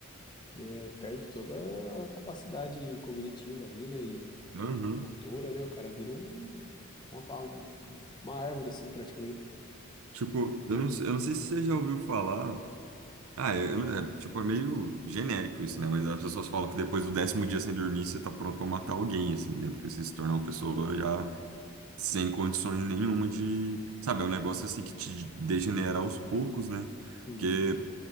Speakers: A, on the left; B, on the right.
A: né, perde toda a capacidade cognitiva ali, né? E
B: Aham.
A: motora, né? O cara vira um, uma, pa- uma árvore, assim, praticamente.
B: Tipo, eu não, eu não sei se você já ouviu falar. Ah, eu, eu é, tipo, é meio genérico isso, né? Mas as pessoas falam que depois do décimo dia sem dormir, você tá pronto pra matar alguém, assim, né? Porque você se torna uma pessoa já sem condições nenhuma de... Sabe, é um negócio, assim, que te degenera aos poucos, né?
A: Sim,
B: Porque